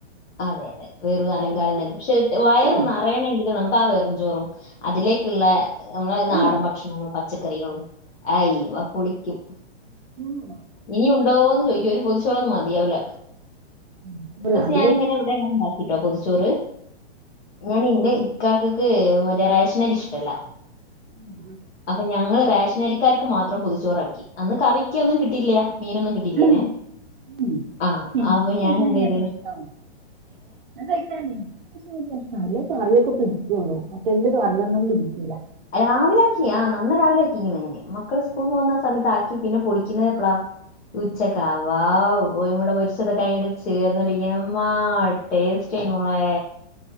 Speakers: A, on the left (about 70°); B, on the right (about 50°).
A: അതെ അതെ വേറൊരു അലങ്കാരം
B: നമുക്ക്
A: തന്നെ പക്ഷെ വയറ്
B: ആ,
A: നിറയണെങ്കിൽ നമുക്ക് ആ വെറും ചോറും അതിലേക്കുള്ള നമ്മളെ
B: ഉം,
A: നാടൻ ഭക്ഷണങ്ങളും പച്ചക്കറികളും അയ് വാ പൊളിക്കും
B: ഉം.
A: ഇനി ഉണ്ടോന്ന് ചോദികും ഒരു പൊതിച്ചോർ ഒന്നും മതിയാവില്ല
B: <inaudible>
A: ഞാനിങ്ങനെ ഇവിടെ ഇങ്ങനെ ഉണ്ടാക്കിട്ടോ പൊതിച്ചോറ് ഞാനിന്ന് ഇക്കാകക് മറ്റേ റേഷനരി ഇഷ്ടല്ല
B: ഉം,
A: അപ്പൊ ഞങ്ങള് റേഷനരിക്കാർക്ക് മാത്രം പൊതിച്ചോറാക്കി അന്ന് കറിക് ഒന്നും കിട്ടില്ല മീനൊന്നും കിട്ടില്ലേനെ
B: ഉം, ഉം.
A: ആ
B: എനിക്ക്
A: ആവോ ഞാൻ
B: ബിരിയാണി
A: എന്ത് ചെയ്തേ
B: <unintelligible> <unintelligible>
A: രാവിലെ ആക്കി ആ നമ്മള് രാവിലെ ആക്കിക്കിന് എങ്ങനെ മക്കൾ സ്കൂൾ പോകുന്ന സമയത്ത് ആക്കി പിന്നെ പൊളിക്കുന്നത് എപ്പളാ ഉച്ചക്ക വാ ഓയിമ്മൂടെ പൊരിച്ചതൊക്കെ ആയിട്ട് ചേർന്നിട്ട് യമ്മ ടേസ്റ്റ് മോളെ